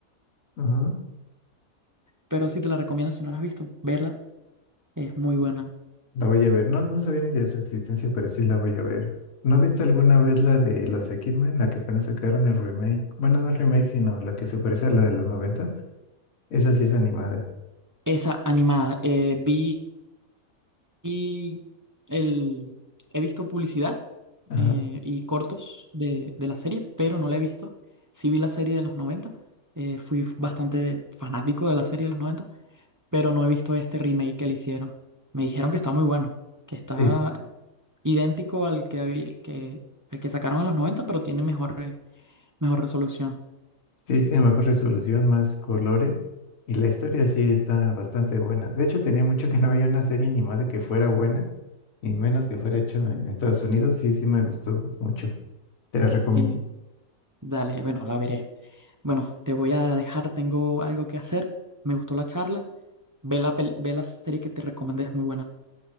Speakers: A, on the left; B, on the right.
A: ajá.
B: pero sí te la recomiendo si no la has visto, verla, es muy buena.
A: La voy a ver. No, no sabía ni de su existencia, pero sí la voy a ver. ¿No viste alguna vez la de los X-Men, la que apenas sacaron el remake? Bueno, no el remake, sino la que se parece a la de los noventa Esa sí es animada.
B: Esa animada. eh, vi vi el, he visto publicidad
A: Ajá.
B: eh, y cortos de, de la serie, pero no la he visto. Sí vi la serie de los noventa eh, fui bastante fanático de la serie de los 90 pero no he visto este remake que le hicieron. Me dijeron que está muy bueno, que está
A: Sí.
B: idéntico al que, habí- el que, al que sacaron en los 90 pero tiene mejor, re- mejor resolución.
A: Sí, tiene mejor resolución, más colores. Y la historia sí está bastante buena. De hecho, tenía mucho que no había una serie animada que fuera buena. Y menos que fuera hecho en Estados Unidos. Sí, sí me gustó mucho. Te la recomiendo.
B: Sí, dale, bueno, la veré. Bueno, te voy a dejar, tengo algo que hacer. Me gustó la charla. Ve la, pel- ve la serie que te recomendé, es muy buena.